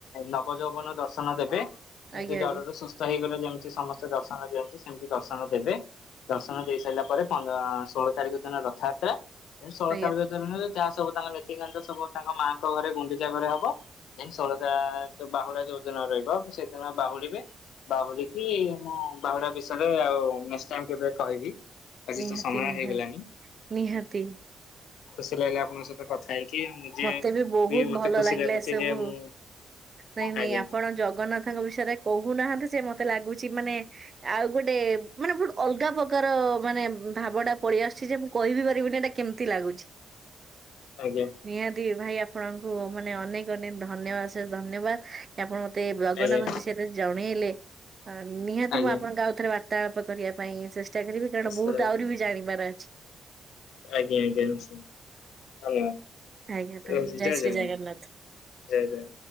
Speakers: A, on the left; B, on the right.
A: ନବ ଯୌବନ ଦର୍ଶନ ଦେବେ। ଯେତେ
B: ଆଜ୍ଞା
A: ଜ୍ୱରରୁ
B: ଆଜ୍ଞା
A: ସୁସ୍ଥ ହେଇଗଲେ ଯେମିତି ସମସ୍ତେ ଦର୍ଶନ ଦିଅନ୍ତି ସେମିତି ଦର୍ଶନ ଦେବେ। ଦର୍ଶନ ଦେଇ ସାରିଲା ପରେ ଷୋହଳ ତାରିଖ ଦିନ ରଥଯାତ୍ରା ଷୋହଳ
B: ଆଜ୍ଞା
A: ତାରିଖ ଦିନରେ ଯାହା ସବୁ ତାଙ୍କ ନିତିକାନ୍ତ ସବୁ ତାଙ୍କ ମାଆଙ୍କ ଘରେ ଗୁଣ୍ଡିଚା ଘରେ ହବ ଦେନ୍ ଷୋଳ ବାହୁଡା ଯୋଉ। ଯୋଉ ଦିନ ରହିବ ସେଦିନ ବାହୁଡିବେ। ବାହୁଡିକି ମୁଁ ବାହୁଡା ବିଷୟରେ ଆଉ ନିଶ୍ଚୟ କେବେ କହିବି। ଆଜି
B: ନିହାତି
A: ତ ସମୟରେ
B: ନିହାତି
A: ହେଇଗଲାଣିି
B: ନିହାତି
A: ଖୁସି ଲାଗିଲା ଆପଣଙ୍କ ସହିତ କଥା ହେଇକି ନିଜେ
B: ମତେ ବି ବହୁତ
A: ଏମିତି
B: ଭଲ
A: ଖୁସି
B: ଲାଗିଲା
A: ଲାଗୁଛି
B: ଏସବୁ
A: ଯେ ମୁଁ
B: ନାଇଁ ନାଇଁ
A: ଆଜ୍ଞା
B: ଆପଣ ଜଗନ୍ନାଥଙ୍କ ବିଷୟରେ କହୁନାହାନ୍ତି ମତେ ଲାଗୁଛି ମାନେ ଆଉ ଗୋଟେ ମାନେ ବହୁତ ଅଲଗା ପ୍ରକାର ମାନେ ଭାବଟା ପଳେଇ ଆସିଛି ଯେ ମୁଁ କହିହିବି ପାରିବିନି ଏଇଟା କେମିତି ଲାଗୁଛି ।
A: ଆଜ୍ଞା।
B: ନିହାତି ଭାଇ ଆପଣଙ୍କୁ ମାନେ ଅନେକ ଅନେକ ଧନ୍ୟବାଦ ଆଶେଷ ଧନ୍ୟବାଦ ଆପଣ ମୋତେ ଜଗନ୍ନାଥଙ୍କ
A: ଆଜ୍ଞା
B: ବିଷୟତେ ଜଣେଇଲେ ନିହାତି
A: ଆଜ୍ଞା
B: ମୁଁ ଆପଣଙ୍କ ଆଉ ଥରେ ବା ବତ୍ତାଳାପ କରିବା ପାଇଁ ଚେଷ୍ଟା କରିବି
A: ନିଶ୍ଚୟ
B: କାରଣ ବହୁତ ଆହୁରି ବି ଜାଣିବାର ଅଛି
A: ଆଜ୍ଞା ଆଜ୍ଞା ନିଶ୍ଚିତ ଆଜ୍ଞା।
B: ଆଜ୍ଞା ତା-
A: ରହୁଛି ଜୟ
B: ଶ୍ରୀ
A: ଜଗନାଥ
B: ଜଗନ୍ନାଥ।
A: ଜୟ ଜୟ।